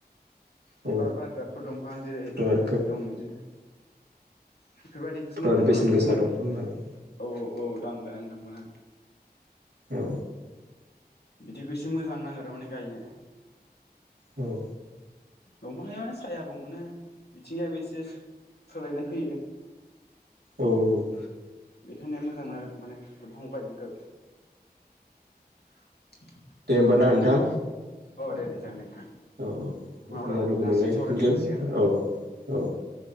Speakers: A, on the left; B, on the right.
A: बिबार
B: औ
A: बारग्राफोर दंफां जेरै
B: औथ' आरो खोब
A: दं इदिनो। बेफोरबायदिखौसो
B: थ'
A: मोजां
B: आरो
A: मोनो
B: बेसेन
A: माने
B: गोसा
A: समायना
B: दंफां नालाय
A: औ औ दामगोनां दामा।
B: औ।
A: बिदिखौ एसे मोजां नांङो आरो माने गायनो।
B: औ
A: दंफां गायबा सायाबो मोनो बिथिंजायबो एसे सोलायनाय फैयो।
B: औ औ।
A: बेखायनो मोजां मोनो आरो माने दंफां गायनोखो। <inaudible>
B: दे होनबा ना नोंथां।
A: अ दे दे जागोनदे नोंथां।
B: औ औ उनाव
A: रायलायफिननो
B: लोगो मोनलायफिनगोन
A: हासिगोन सावरायफिननो हासिगोन
B: औ औ